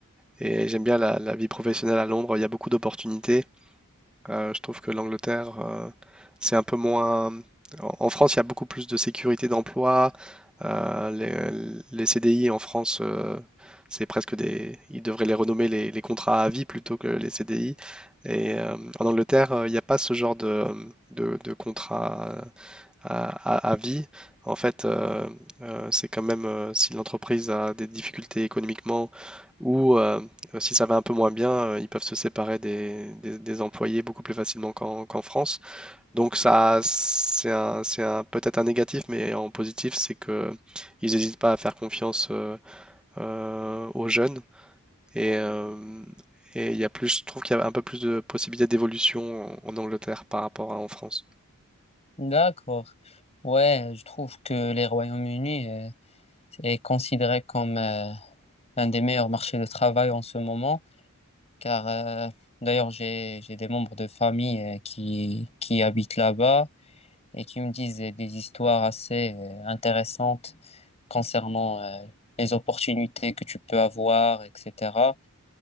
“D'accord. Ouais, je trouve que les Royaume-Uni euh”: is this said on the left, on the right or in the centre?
Left